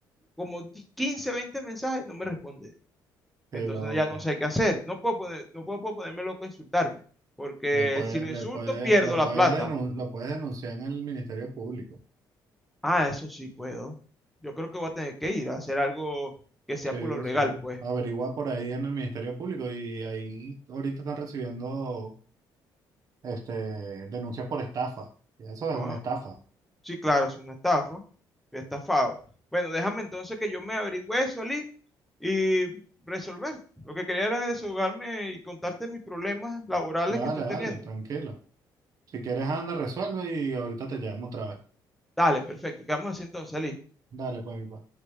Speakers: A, in the centre; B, on the right.
A: como 15 20 mensajes y no me responde.
B: Qué
A: Entonces
B: loco.
A: ya no sé qué hacer. No puedo, poner, no puedo, puedo ponerme loco a insultarme, porque
B: Le puedes,
A: si lo
B: le
A: insulto
B: puede,
A: pierdo
B: lo
A: la
B: puedes
A: plata.
B: denun- lo puedes denunciar en el Ministerio Público.
A: Ah, eso sí puedo. Yo creo que voy a tener que ir a hacer algo que sea
B: Sí,
A: por lo legal,
B: sí.
A: pues.
B: Averigua por ahí en el Ministerio Público y ahí ahorita están recibiendo este, denuncias por estafa. Y eso es
A: Ah,
B: una estafa.
A: sí, claro, es una estafa. Fui estafado. Bueno, déjame entonces que yo me averigüe eso, Ali, y resolver. Lo que quería era desahogarme y contarte mis problemas laborales
B: Dale,
A: que estoy teniendo.
B: dale, tranquilo. Si quieres, anda, resuelve y ahorita te llamo otra vez.
A: Dale, perfecto. Quedamos así entonces, Ali.
B: Dale, pues mi pa.